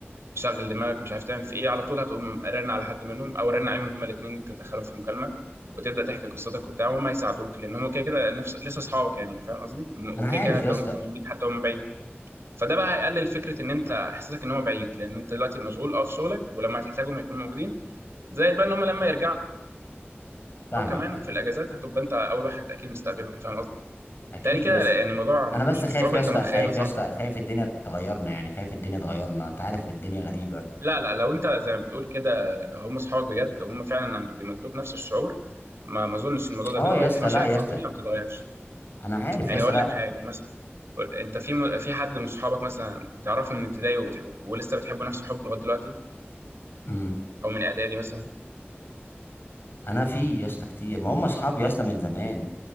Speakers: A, on the right; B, on the left.
A: شغل دماغك مش عارف تعمل في ايه على طول هتقوم رن على حد منهم او رن عليهم هما الاثنين تدخلهم في مكالمه وتبدا تحكي قصتك وبتاع وهم هيساعدوك لان هم كده كده نفس لسه اصحابك يعني فاهم قصدي م-
B: انا
A: وكده
B: عارف
A: كده هيفضلوا
B: يا اسطى
A: مهتمين بيك حتى هم بعيد فده بقى هيقلل فكره ان انت احساسك ان هم بعيد لان انت دلوقتي مشغول اه في شغلك ولما هتحتاجهم هيكونوا موجودين زائد بقى ان هم لما يرجعوا
B: فاهمك
A: كمان
B: يعني
A: في الاجازات هتبقى انت اول واحد اكيد مستقبلهم فاهم قصدي؟
B: اكيد
A: تالي كده
B: يا اسطى
A: يعني الموضوع
B: انا بس
A: مش
B: خايف
A: بالصعوبه
B: يا اسطى
A: انت متخيلها
B: خايف
A: صح؟
B: يا اسطى خايف الدنيا تغيرنا يعني خايف الدنيا تغيرنا انت عارف الدنيا غريبة
A: لا لا لو انت زي ما بتقول كده هم اصحابك بجد لو هم فعلا عند- بيمدلوك نفس الشعور ما ما اظنش ان الموضوع ده
B: اه
A: بيتغير
B: يا اسطى
A: في مشاعر
B: لا يا
A: في
B: اسطى
A: آه. الدنيا ما بتتغيرش
B: انا عارف
A: يعني
B: يا اسطى
A: اقول
B: لا
A: لك
B: لا
A: حاجه مثلا انت في م- في حد من صحابك مثلا تعرفه من ابتدائي وبتح... ولسه بتحبه نفس الحب لغايه دلوقتي
B: امم
A: او من اعدادي مثلا
B: انا في يا اسطى كتير ما هم اصحابي يا اسطى من زمان